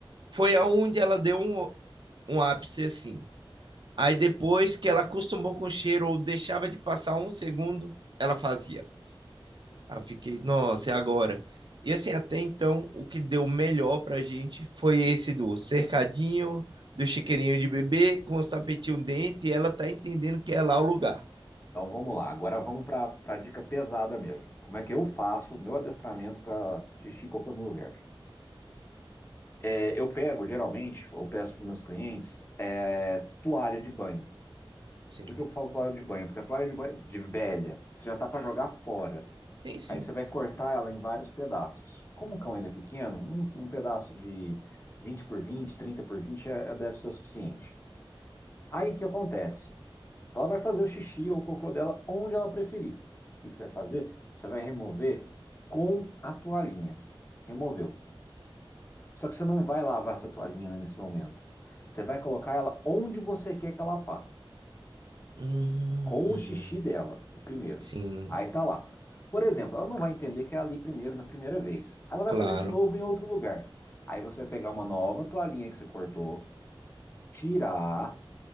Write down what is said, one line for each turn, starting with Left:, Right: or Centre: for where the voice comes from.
Right: foi aonde ela deu um, um ápice assim. Aí depois que ela acostumou com o cheiro ou deixava de passar um segundo, ela fazia. Aí eu fiquei, nossa, é agora. E assim, até então, o que deu melhor pra gente foi esse do cercadinho, do chiqueirinho de bebê com os tapetinhos dentro e ela tá entendendo que é lá o lugar.
Left: Então vamos lá. Agora vamos para a dica pesada mesmo. Como é que eu faço meu adestramento para xixi e cocô no lugar? É, eu pego, geralmente, ou peço para meus clientes, é, toalha de banho.
Right: Sim,
Left: Por que eu falo toalha de banho? Porque a toalha de banho de velha, você já tá para jogar fora.
Right: sim, sim.
Left: Aí você vai cortar ela em vários pedaços. Como o cão ainda é pequeno, um, um pedaço de 20 por 20, 30 por 20, é- é- deve ser o suficiente. Aí o que acontece? Ela vai fazer o xixi ou o cocô dela onde ela preferir. O que que você vai fazer? Você vai remover com a toalhinha. Removeu. Só que você não vai lavar essa toalhinha, né, nesse momento. Você vai colocar ela onde você quer que ela faça.
Right: Hum,
Left: com o xixi dela, o primeiro.
Right: sim,
Left: Aí tá lá. Por exemplo, ela não vai entender que é ali primeiro na primeira vez. Ela vai
Right: claro,
Left: fazer de novo em outro lugar. Aí você vai pegar uma nova toalhinha que você cortou, tirar,